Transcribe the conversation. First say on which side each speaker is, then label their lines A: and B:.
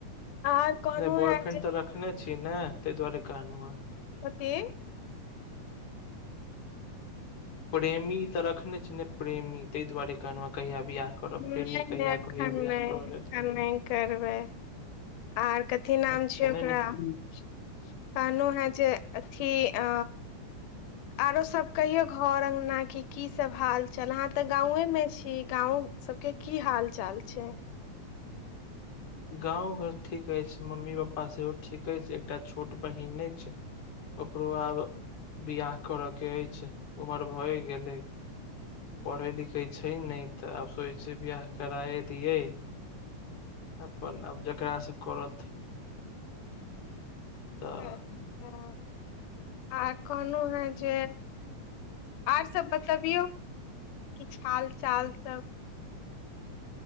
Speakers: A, on the left; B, on the left.
A: आर कहलहुँ
B: नहि बॉयफ्रेंड
A: हेँ जे
B: तऽ रखने छी ने ता दुआारे कहन हँ
A: की
B: प्रेमी तऽ रखने छी ने प्रेमी ताहि दुआरे कहलहुँ हँ, कहिया बियाह करब
A: नहि
B: प्रेमी कहिया
A: नहि एखन
B: कहिया बियाह
A: नहि
B: करऽ
A: एखन
B: लेल
A: नहि करबै आर कथी नाम
B: अच्छा
A: छ
B: नहि
A: ओकरा
B: नहि
A: कहानू है जे अथी अ आरो सब कहियौ घर अगना केँ की सब हाल च ह तऽ गांवे में छी गाँंव सबके की हाल चाल छै
B: गाँव घर ठीक अछि मम्मी पापा सेहो ठीक अछि एकटा छोट बहिन अछि ओकरो आब बिआह करयकेँ अछि उमर भए गेलैय पढ़ै लिखैत छै नहि तऽ आब सोचै छिय बियाह कराए दियैक अपन आब जकरासँ करत तऽ
A: च्छा आ <inaudible> कहलहुँ हें जे आर सब बतबियौ कि हाल चाल सब